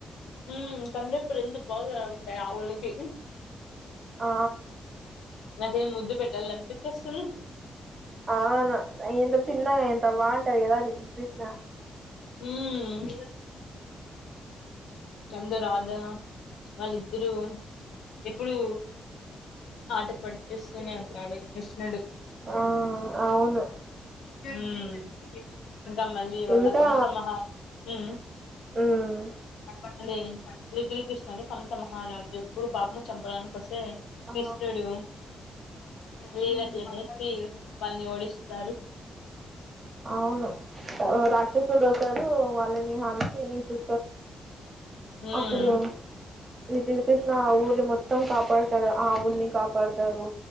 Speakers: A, on the left; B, on the right.
A: ఉ కండ్రెఎప్పులు ఎంత బాగా ఆ యావులకి
B: ఆ
A: నాకేం ముద్దు పెట్టాలి అనిపించేస్తుంది
B: అవును ఎంత చిన్నగా ఎంత బాగుంటాది కదా లిటిల్ కృష్ణ
A: హ్మ్ నంద రాధా వాళ్ళిద్దరు ఎప్పుడు ఆట పట్టిస్తూనే అంటాడు కృష్ణుడు
B: ఓ అవును
A: హ్మ్ ఇంకా మళ్ళీ వాళ్ళ
B: ఇంకా
A: కంచ మహా హ్మ్
B: మ్మ్
A: ఉమ్ లిటిల్ కృష్ణని కాంస మహారాజు ఎప్పుడు పాపము చంపడానికి వసు హ్మ్ కృష్ణుడు
B: ఆ
A: లీల
B: మ్మ్
A: చేసేసి వాళ్ళది ఓడిస్. తరుక్.
B: అవును, రాక్షసుడు వస్తాడు, వాళ్ళని హాంసి ని, చూ.
A: ఉమ్
B: అప్పుడు. లిటిల్ కృష్ణ, ఆ ఊరిని మొత్తం, కాప. పాడుతారు, ఆవుల్ని కాపాడతారు,